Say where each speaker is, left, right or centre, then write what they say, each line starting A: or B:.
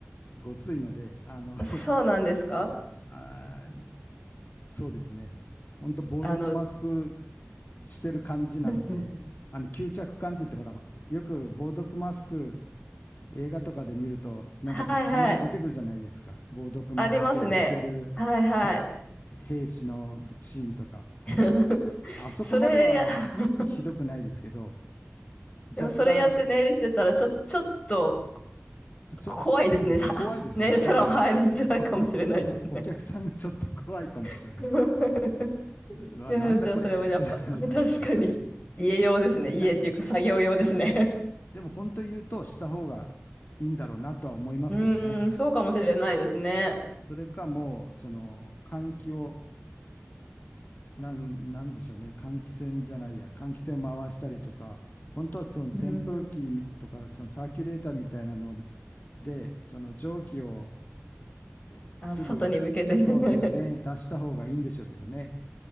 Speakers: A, on the left (about 45°); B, on the left (about 25°).
A: ごついので、あの、
B: あ、
A: <laughs>
B: そうなんですか
A: あーそそうですね。ほんと防毒マスク
B: あの、
A: してる感じなんで、
B: <laughs>
A: あの、吸着感って言って、ほら、よく防毒マスク、映画とかで見ると、
B: はいはい。
A: なんかでたまに出てくるじゃないですか。防毒マスクをしてるへ
B: ありますね。はいはい。
A: 兵士のシーンとか。
B: <laughs>
A: あそこまでは
B: それや、<laughs>
A: ひどくないですけど、
B: でもそれやってネイルしてたら、
A: 若干、
B: ちょ、ちょっと
A: そ、
B: 怖いですね。
A: そそうですね、
B: <laughs>
A: 怖いですね。
B: ね、サロン入りづらいかもしれないですね。
A: 多分、お、<laughs> お、お客さんがちょっと怖いかもしれない。
B: <laughs>
A: うわ、
B: いや、
A: なんだこれってなるかもしれないけど。
B: じゃあそれはやっぱ、<laughs> 確かに。家用ですね。家っていうか作業用ですね。
A: いや、ほでも本当言うとした方がいいんだろうなとは思いますけどね。
B: <laughs> うーん、そうかもしれないですね。
A: それかもう、その、換気をなん、なんでしょうね、換気扇じゃないや、換気扇を回したりとか、本当はその扇風機みとか、
B: うん。
A: そのサーキュレーターみたいなので、その蒸気をえすぐ、
B: あ、外に向けて
A: そうですね、
B: <laughs>
A: 出した方がいいんでしょうけどね。